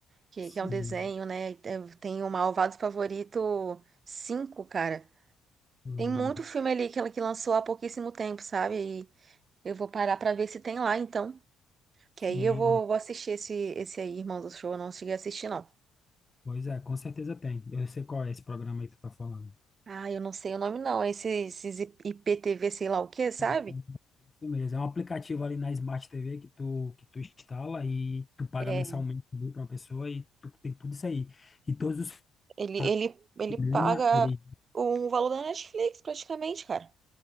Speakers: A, on the right; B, on the left.
A: Que,
B: Sim,
A: que é um desenho, né? E Tem tem o Malvado Favorito cinco, cara.
B: uhum.
A: Tem muito filme ali que ela que lançou há pouquíssimo tempo, sabe? Eu vou parar pra ver se tem lá, então. Que
B: Sim,
A: aí eu vou,
B: eu-
A: vou assistir esse, esse aí, Irmão do Show. Eu não cheguei a assistir, não.
B: pois é, com certeza tem. Eu sei qual é esse programa aí que tu tá falando.
A: Ah, eu não sei o nome, não. Esse, esses I- IPTV, sei lá o quê, sabe?
B: É, Isso mesmo, é um aplicativo ali na Smart TV que tu, que tu instala e tu paga
A: É,
B: mensalmente ali pra uma pessoa e tu tem tudo isso aí. E todos os
A: ele,
B: sites,
A: ele, ele
B: do programa,
A: paga
B: ele
A: o valor da Netflix, praticamente, cara.